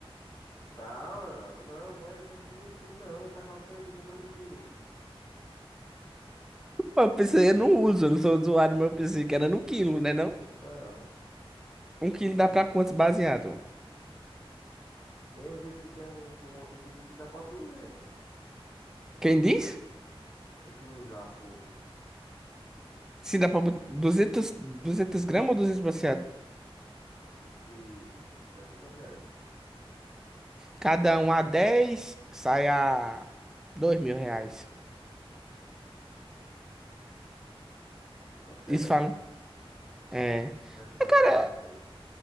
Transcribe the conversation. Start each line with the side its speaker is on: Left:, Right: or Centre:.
Left: dá. Não, não é questão de um quilo, não. Tá, cal- quem é que comprou de quilo?
Centre: Pô, Eu pensei, eu não uso, eu não sou usuário, mas eu pensei que era no quilo, né não?
Left: Não.
Centre: Um quilo dá pra quantos baseado?
Left: Tem um vídeo que tem um promotor que diz que dá pra 200.
Centre: Quem diz?
Left: Um juiz lá, puto.
Centre: Sim, dá pra botar 200 200 gramas ou 200 baseado?
Left: Diz que 200 baseados.
Centre: Cada um a 10 sai a dois mil reais.
Left: Pode ser,
Centre: Isso
Left: né?
Centre: falam. É.
Left: Como é que você tá
Centre: Mas,
Left: sabendo
Centre: cara,
Left: dos preços?